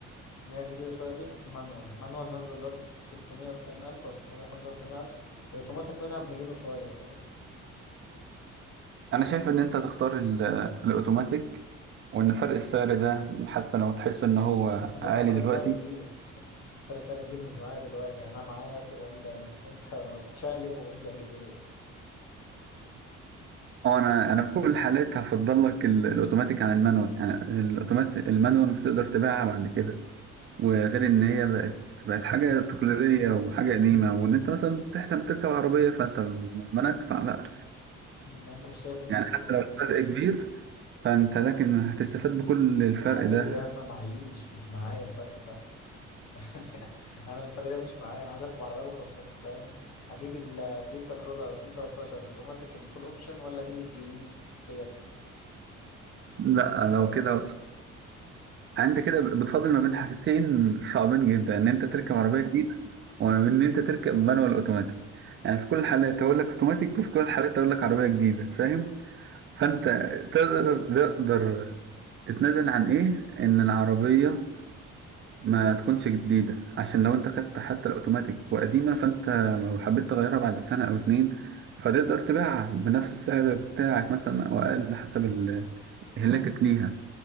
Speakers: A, on the left (about 60°); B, on the right (about 40°).
A: اللي هي الجديدة شوية دي بس مانوال مانوال نازلة دلوقتي ب 690 ألف أو 695 ألف الأوتوماتيك منها بمليون وشوية فاهم
B: انا شايف ان انت تختار ال- الاوتوماتيك وان فرق السعر ده حتى لو تحس ان هو
A: <laughs> لا
B: عالي
A: ما فرق
B: دلوقتي
A: السعر كبير فارس سعر كبير مش معايا دلوقتي يعني انا معايا 700 الف انت شقلب وقول لي اجيب ايه
B: اه انا انا في كل الحالات هفضل لك ال- الاوتوماتيك عن المانوال يعني الاوتوماتيك المانوال مش تقدر تبيعها بعد كده وغير ان هي بقت بقت حاجه تقليديه وحاجه قديمه وان انت مثلا تحلم تركب عربيه فانت ما ما ندفع بقى
A: يعني انت مش شايف ان
B: يعني
A: انا اجيب
B: حتى
A: إيه؟
B: لو الفرق كبير فانت لكن هتستفاد بكل الفرق
A: يا حبيبي
B: ده
A: انا معيش مش معايا الفرق ده <laughs> يعني انا الفرق ده مش معايا انا عايز اركب عربيه بكره الصبح فاهم اجيب التويوتا كرولا 2013 الاوتوماتيك الفول اوبشن ولا اجيب الجديد فيات
B: لا
A: المانوال
B: لو كده انت كده بتفاضل ما بين حاجتين صعبين جدا ان انت
A: <laughs>
B: تركب عربيه جديده وان ان انت تركب مانوال اوتوماتيك يعني في كل الحالات هقول لك اوتوماتيك وفي كل الحالات هقول لك عربيه جديده فاهم فانت تقدر تقدر تتنازل عن ايه ان العربية ما تكونش جديدة عشان لو انت خدت حتى الاوتوماتيك وقديمة فانت لو حبيت تغيرها بعد سنة او اتنين فتقدر تبيعها بنفس السعر بتاعك مثلا او اقل حسب ال- اهلاكك ليها